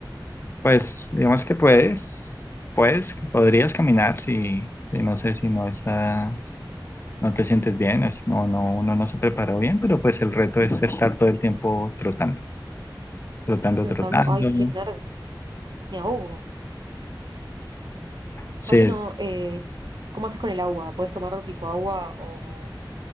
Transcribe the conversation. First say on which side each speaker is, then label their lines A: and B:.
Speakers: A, on the left; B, on the right.
A: pues digamos que puedes, puedes, podrías caminar si, si no sé, si no estás, no te sientes bien, es- no, no, uno no se preparó bien, pero pues el reto es estar todo el tiempo trotando, trotando,
B: Trotando,
A: trotando.
B: ay, qué nervio, me ahogo.
A: Sí,
B: Aparte no, eh, ¿cómo haces con el agua? ¿Puedes tomar tipo agua o